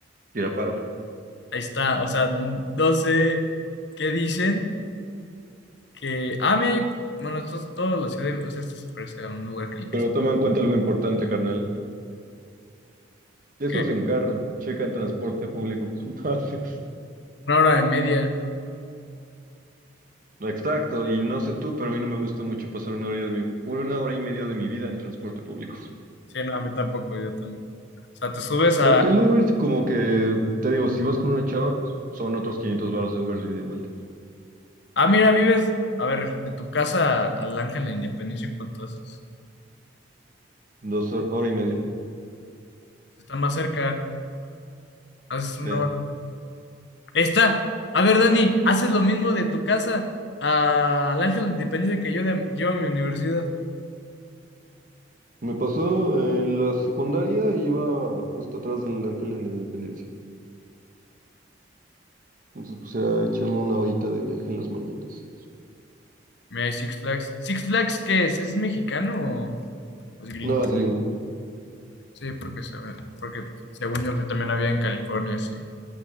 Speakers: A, on the right; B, on the left.
A: tira paro.
B: Ahí está, o sea, doce ¿qué dicen? Que, ah, mira, yo- bueno, esto es todo la ciudad, de- o sea, esto se parece a un lugar que, que,
A: Pero toma en cuenta algo importante, carnal. Eso
B: que
A: es en carro. Checa en transporte público cuando <laughs> haces.
B: una hora y media.
A: Exacto, y no sé tú, pero a mí no me gusta mucho pasar una hora de mi, una hora y media de mi vida en transporte público.
B: Sí, no, a mí tampoco, yo también. O sea, te subes a,
A: Aunque el Uber, como que, te digo, si vas con una chava, son otros 500 baros de Uber de ida y vuelta.
B: ah, mira, vives, a ver, de tu casa al Ángel de la Independencia, ¿cuánto haces?
A: Dos hor- hora y media.
B: Está más cerca, haces una
A: Sí.
B: hora. Está. A ver, Dani, haces lo mismo de tu casa al Ángel de la Independencia que yo de yo a mi universidad.
A: Me pasó eh, en la secundaria, iba justo atrás del Ángel de la Independencia. Entonces, pues era echarme una horita de viaje en las mañanas.
B: Mira, hay Six Flags. ¿Six Flags qué es? ¿Es mexicano o o es gringo?
A: No, es gringo.
B: Sí, porque, sabe- porque según yo también había en California, sí.